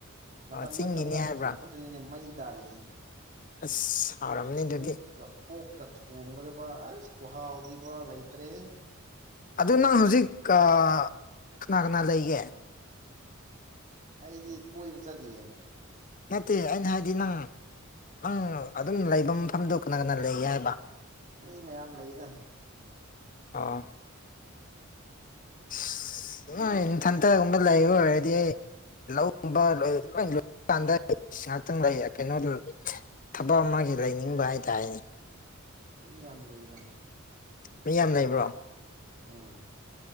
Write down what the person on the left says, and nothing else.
ꯑ ꯆꯤꯡꯒꯤꯅꯤ
ꯍꯥꯏꯕ꯭ꯔꯥ
ꯑꯁ ꯍꯥꯎꯔꯝꯅꯤ ꯑꯗꯨꯗꯤ
ꯑꯗꯨ ꯅꯪ ꯍꯧꯖꯤꯛ ꯀꯅꯥ ꯀꯅꯥ ꯂꯩꯒꯦ
ꯅꯠꯇꯦ ꯑꯩꯅꯥ ꯍꯥꯏꯗꯤ ꯅꯪ ꯅꯪ ꯑꯗꯨꯝ ꯂꯩꯕ ꯃꯐꯝꯗꯣ ꯀꯅꯥ ꯀꯅꯥ ꯂꯩꯒꯦ ꯍꯥꯏꯕ
ꯑꯥ ꯑꯁ ꯅꯣꯏ ꯅꯥꯊꯟꯇꯒꯨꯝꯕ ꯂꯩꯕ ꯑꯣꯏꯔꯗꯤ ꯑꯩ ꯂꯧꯒꯨꯝꯕ ꯂꯣꯏ ꯂꯣꯏ ꯂꯣꯏ ꯀꯥꯟꯗ ꯉꯍꯥꯛꯇꯪ ꯂꯩ ꯀꯩꯅꯣꯗꯨ ꯊꯕꯛ ꯑꯃꯒꯤ ꯂꯩꯅꯤꯡꯕ ꯍꯥꯏꯇꯥꯔꯦꯅꯦ
ꯃꯤ ꯌꯥꯝ ꯂꯩꯕ꯭ꯔꯣ